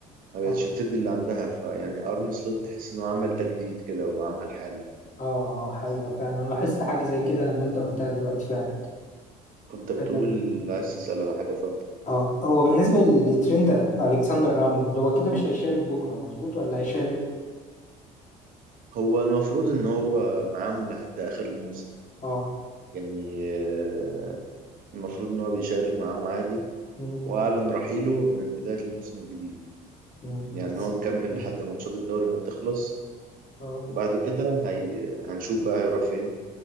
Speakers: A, on the right; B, on the left.
A: ما بقتش
B: اه
A: بتدي اللي عندها فيعني أرن سلوت تحس إنه عمل تجديد كده وعمل حالة
B: اه آه، حقيقه فعلا انا لاحظت حاجه زي كده لما انت قلتها دلوقتي فعلا
A: كنت بتقول
B: تمام.
A: عايز تسأل على حاجة اتفضل
B: اه هو بالنسبة لترند ألكسندر أرنولد هو كده مش هيشارك بكرة مظبوط ولا هيشارك؟
A: هو المفروض إن هو معاهم لحد آخر الموسم
B: اه
A: يعني آه، المفروض إن هو بيشارك معاهم عادي
B: مم.
A: وأعلن رحيله من بداية الموسم الجديد
B: مم.
A: يعني
B: بس
A: هو مكمل
B: مم.
A: لحد ماتشات الدوري ما تخلص
B: اه
A: وبعد كده هي... هنشوف بقى هيروح فين